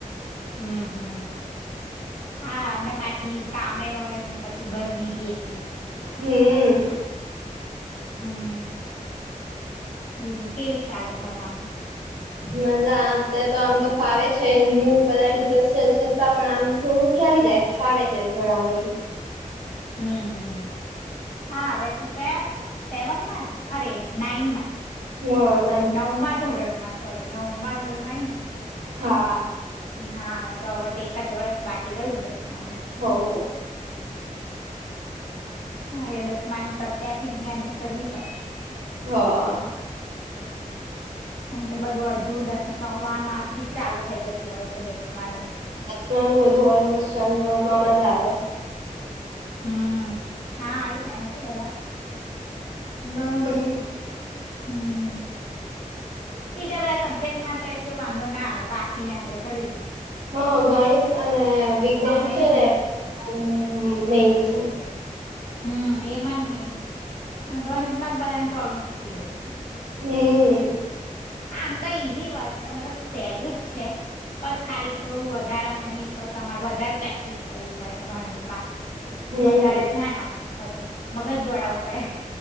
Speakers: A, on the left; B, on the right.
A: હમ હમ. હા ને પાછી કામે હોય ને પાછું ગરમી મી એટલી.
B: હમ
A: હમ, બીજું કેવી ચાલે ભણવાનું?
B: મજા અત્યારે તો આમ તો ફાવે છે, ન્યૂ બધા ટીચરસ છે છતાં પણ આમ થોડું ચાલી જાય ફાવે છે ભણાવે એ.
A: હમ્મ, હમ્મ. હા, અવે તું કયા સેવન માં ને? અરે! નાઈનમાં.
B: હ ના
A: નવ માં ધોરણ મા સોરી નવઉમા ધોરણમાં આઈને હ
B: હા
A: હા તો અવે તો એક જ વરષ બાકી રહ્યું દસ આમ
B: હ ઓ.
A: હા, એ દસમાની તો અત્યારથી જ મહેનત કરવી પડે.
B: હા.
A: એમ કે બધું અડધું દસ નવમાં માથી જ ચાલુ થઈ જતું હોય છે. દસમાનું.
B: તાનું બધું ઓલમોસ્ટમ ચાલુ નવમાં માં જ આવે.
A: હમ્મ. હા એ ને એમ કે બધા. ઘણું
B: હમ
A: બધું હમ્મ. બીજા બધા સબ્જેક્ટમાં તો એટલું વાંધો ના આવે વાંચીને આપડે કરી લીએ.
B: હા, ગણિત અને વિજ્ઞાન
A: મેન
B: છે ને ને હમ્મ, મેઇન છે.
A: હમ એમા જ મેઇન છે. ગણિત માં જ બધાને પ્રોબ્લેમ થતી હોય.
B: હમ
A: આમ તો ઈઝી વાત છે, મતલબ સેહલું જ છે, બસ ખાલી થોડું વધારે માં એની ઉપર તમારે વધારે પ્રેક્ટિસ કરવી પડે ગણિતમાં.
B: હમ
A: વધારે ધ્યાન આપવું પડે. મગજ દોડાવવું પડે.